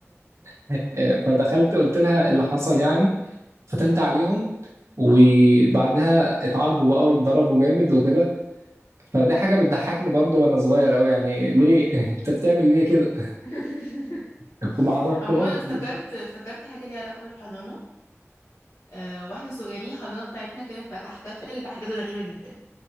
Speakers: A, on the right; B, on the left.
A: <laughs> فدخلت قلت لها اللي حصل يعني فتنت عليهم وبعدها اتعاقبوا بقى واتضربوا جامد وكده فدي حاجه بتضحكني برضو وانا صغير قوي يعني ليه <laughs> انت بتعمل ليه كده
B: <laughs>
A: <laughs> وما عرفتهمش
B: عموما افتكرت
A: يعني.
B: افتكرت حاجة ليها علاقة بالحضانة أه واحنا صغيرين الحضانة بتاعتنا كانت بتحتفل بحاجات غريبة جدا